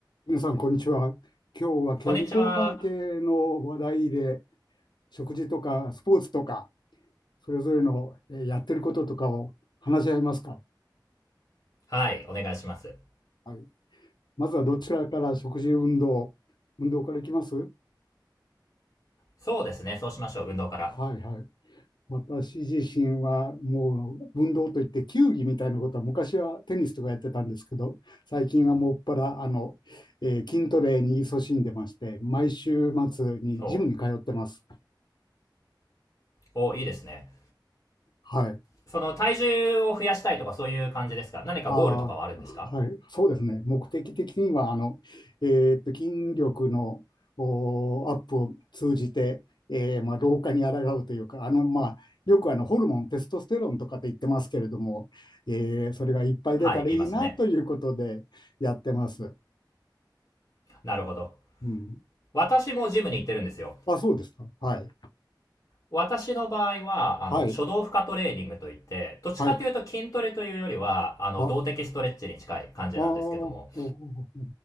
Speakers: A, on the left; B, on the left.
A: 皆さん、こんにちは。今日は健康関係の話題で、
B: こんにちは。
A: 食事とかスポーツとか、それぞれのえーやってることとかを話し合いますか。
B: はい、お願いします。
A: はい、まずはどちらから食事、運動、運動からいきます
B: そうですね、そうしましょう、運動から。
A: はいはい。私自身はもう運動といって球技みたいなことは昔はテニスとかやってたんですけど、最近はもっぱらあの、えー筋トレに勤しんでまして、毎週末にジムに通ってます。
B: おうおういいですね。
A: はい。
B: その、体重を増やしたいとかそういう感じですか何かゴールとかはあるんですか
A: ああ、はい、そうですね。目的的には、あの、えーっと、筋力のおーアップを通じて、えーまあ、老化に抗うというか、あの、まあ、よくあのホルモン、テストステロンとかって言ってますけれども、えーそれがいっぱい出たらいいなということでやってます。
B: はい、いますね。なるほど。
A: うん。
B: 私もジムに行ってるんですよ。
A: あ、そうですか。はい。
B: 私の場合は、
A: はい。
B: あの、初動負荷トレーニングといって、どっちかというと筋トレというよりは、
A: はい。
B: あの、
A: あ、ああ、
B: 動的ストレッチに近い感じなんですけども、
A: おおお